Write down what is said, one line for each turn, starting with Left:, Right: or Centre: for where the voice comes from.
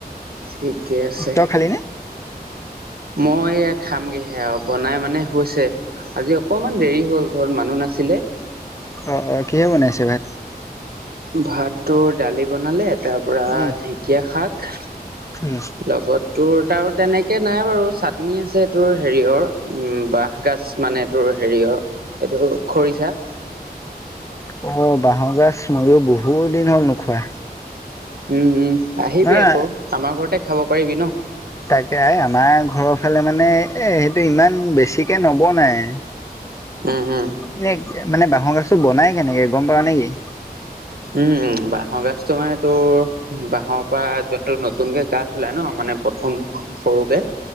Right: ঠিকে আছে।
Left: তই খালি নে
Right: মই এ খামগেহে আৰু বনাই মানে হৈছে। আজি অকনমান দেৰি হ'ল ঘৰত মানুহ নাছিলে।
Left: অ' অ' কিহে বনাইছে ভাত?
Right: ভাতটো দালি বনালে তাৰপৰা
Left: উম
Right: ঢেঁকীয়া শাক,
Left: উম
Right: লগত তোৰ, তাৰ তেনেকে নাই বাৰু চাটনি আছে তোৰ হেৰিৰ, উম বাঁহগাজ মানে তোৰ হেৰিয়েত, এইটো খৰিচা।
Left: অ' বাঁহৰ গাজ মোয়ও বহুত দিন হ'ল নোখোৱা।
Right: উম উম, আহিবি
Left: না
Right: আকৌ, আমাৰ ঘৰতে খাব পাৰিবি ন।
Left: তাকে এ আমাৰ ঘৰৰ ফালে মানে এ সেইটো ইমান বেছিকে নবনাই।
Right: উম হম
Left: এনে মানে বাঁহৰগাজটো বনাই কেনেকে গম পাৱা নেকি?
Right: উম উম, বাঁহৰগাজতো মানে তোৰ, বাঁহৰ পৰা যোনতো নতুনকে গাজ ওলাই ন মানে মানে প্ৰথম, সৰুকে।